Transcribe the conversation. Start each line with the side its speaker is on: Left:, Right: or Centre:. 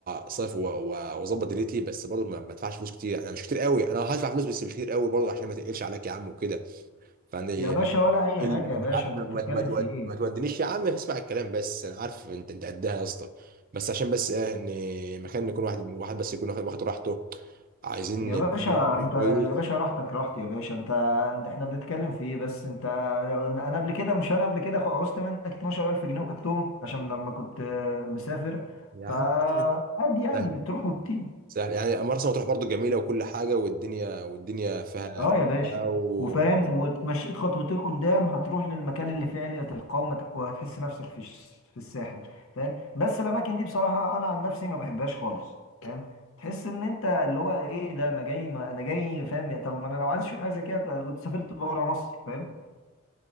Right: اصيف و- و- واظبط دنيتي بس برضه ما ما ادفعش فلوس كتير انا مش كتير قوي انا هدفع فلوس بس مش كتير قوي برضه عشان ما تقلش عليك يا عم وكده فيعني
Left: يا
Right: يعني
Left: باشا ولا اي
Right: ال-
Left: حاجة يا باشا
Right: مش عارف ما,
Left: انت بتتكلم
Right: ما, ما تود-
Left: في ايه
Right: ما تودنيش يا عم اسمع الكلام بس انا عارف انت انت قدها يا اسطى بس عشان بس ايه ان مكان يكون واحد واحد بس يكون واخد واخد راحته عايزين
Left: يا باشا
Right: مكان
Left: انت
Right: كويس
Left: يا باشا راحتك راحت يا باشا انت انت- احنا بنتكلم في ايه بس انت انا قبل كده مش انا قبل كده عوزت منك 12000 جنيه وخدتهم عشان لما كنت آه، مسافر
Right: يا
Left: فعادي
Right: عم
Left: يعني
Right: <laughs>
Left: بتروح وبتيجي
Right: سهل يعني مرسى مطروح برضو جميلة وكل حاجة والدنيا والدنيا فيها
Left: اه
Right: رايقة
Left: يا باشا
Right: وفاهمك
Left: وفاهم واتمشيت خطوتين قدام هتروح للمكان اللي فيه علية القوم وهتحس نفسك في الش- في الساحل فاهم بس الاماكن دي بصراحة انا عن نفسي ما بحبهاش خالص فاهم تحس ان انت اللي هو ايه ده انا جاي ما انا جاي فاهم طب ما انا لو عايز اشوف حاجه زي كده كنت سافرت بره مصر فاهم